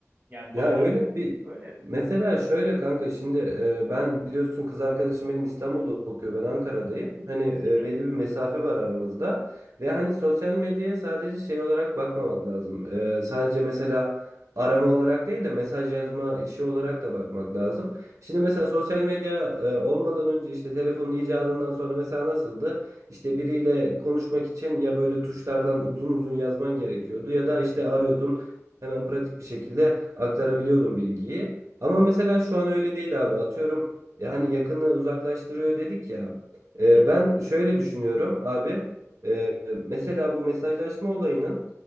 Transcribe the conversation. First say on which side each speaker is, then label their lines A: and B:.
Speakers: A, on the right; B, on the right.
A: Yani
B: Ya
A: baya
B: öyle bir
A: öyle.
B: mesela şöyle kanka şimdi e, ben biliyorsun kız arkadaşım benim İstanbul'da okuyor ben Ankara'dayım. Hani
A: Hı
B: e,
A: hı,
B: belli bir mesafe var aramızda ve hani sosyal medyaya sadece şey olarak bakmamak lazım. E, sadece mesela arama olarak değil de mesaj yazma işi olarak da bakmak lazım. Şimdi mesela sosyal medya e, olmadan önce işte telefonun icadından sonra mesela nasıldı? İşte biriyle konuşmak için ya böyle tuşlardan uzun uzun yazman gerekiyordu ya da işte arıyordun. Hemen pratik bir şekilde aktarabiliyordum bilgiyi. Ama mesela şu an öyle değil abi. Atıyorum e, hani yakını uzaklaştırıyor dedik ya.
A: hı
B: E,
A: hı.
B: ben şöyle düşünüyorum abi. E, mesela bu mesajlaşma olayının